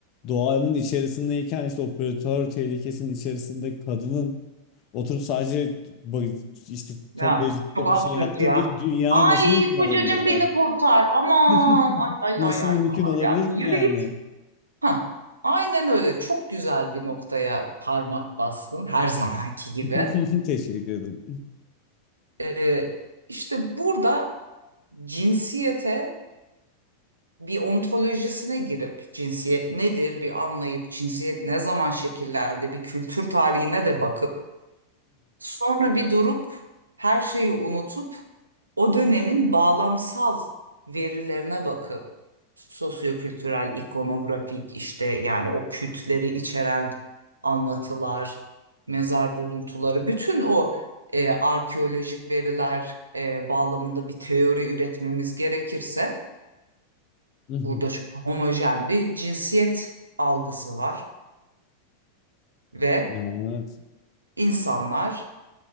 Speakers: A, on the left (about 40°); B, on the right (about 80°).
A: doğanın içerisindeyken işte o predatör tehlikesinin içerisinde kadının oturup sadece ba- işte
B: Ya,
A: toplayıcılık
B: çok
A: yapıp
B: absürt
A: şey yaptığı
B: ya.
A: bir dünya
B: Ay
A: nasıl mümkün olabilir
B: kocacığım beni
A: yani?
B: kurtar. Aman
A: <laughs>
B: ay
A: Nasıl
B: ay ay ay
A: mümkün
B: falan
A: olabilir
B: ya. Bir
A: ki yani?
B: Yürü git. Ha, aynen öyle. Çok güzel bir noktaya parmak bastın her zamanki gibi.
A: <laughs> Teşekkür ederim.
B: E, işte burada cinsiyete bir ontolojisine girip cinsiyet nedir bir anlayıp cinsiyet ne zaman şekillendi bir kültür tarihine de bakıp Sonra bir durup her şeyi unutup o dönemin bağlamsal verilerine bakıp sosyo-kültürel, ikonografik işte yani o kültleri içeren anlatılar, mezar buluntuları, bütün o e, arkeolojik veriler e, bağlamında bir teori üretmemiz gerekirse
A: <laughs>
B: burada çok homojen bir cinsiyet algısı var ve
A: Ya evet.
B: insanlar